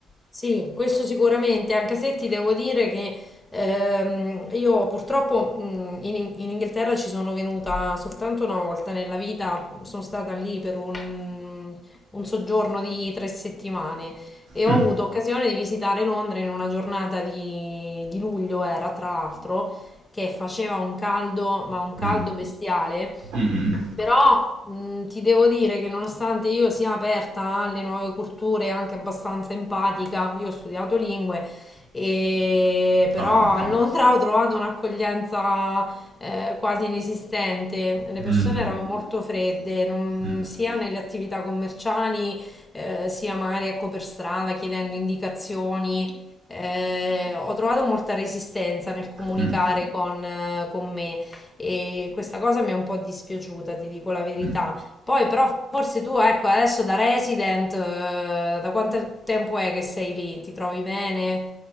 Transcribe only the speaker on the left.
Sì, questo sicuramente, anche se ti devo dire che ehm, io purtroppo mh, in, in Inghilterra ci sono venuta soltanto una volta nella vita, sono stata lì per un, un soggiorno di tre settimane e
ho avuto occasione di visitare Londra in una giornata di, di luglio, era tra l'altro, che faceva un caldo, ma un
caldo bestiale.
Però mh, ti devo dire che nonostante io sia aperta alle nuove culture, e anche abbastanza empatica, io ho studiato lingue, e però
a Londra <laughs> ho trovato un'accoglienza eh, quasi inesistente. Le
persone
erano molto fredde, non-
sia nelle attività commerciali, eh, sia magari ecco per strada chiedendo indicazioni. Eh, ho trovato molta resistenza nel comunicare
con, eh, con me e questa cosa mi è un po' dispiaciuta, ti dico la verità.
Poi però forse tu, ecco, adesso da resident, eh, da quanto tempo è che sei lì? Ti trovi bene?